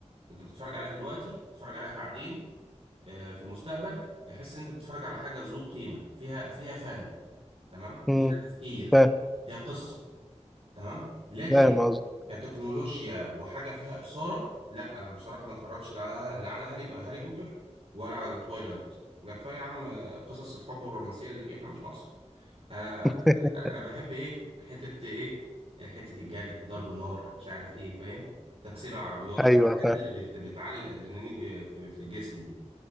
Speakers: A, on the right; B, in the centre.
A: انت بتتفرج عليها دلوقتي بتتفرج عليها بعدين آه، في المستقبل تحس ان انت بتتفرج على حاجه ذو قيمه فيها فيها فن تمام
B: أمم،
A: فيها تفكير
B: فاهم
A: فيها قصه تمام لكن
B: فاهم قصدي
A: كتكنولوجيا وحاجه فيها اثاره لا انا بصراحه ما اتفرجش لا لا على هاري هاري بوتر ولا على تويلايت ده كفايه يا عم آه، قصص الحب والرومانسيه اللي فيه احنا مش ناقصه انا
B: <laughs>
A: انا بحب ايه حته ايه حته الجري ضرب النار مش عارف ايه فاهم تكسير العربيات
B: ايوه
A: الحاجات
B: فاهم
A: اللي بت- بتعلي الادرينالين ب- في في الجسم دي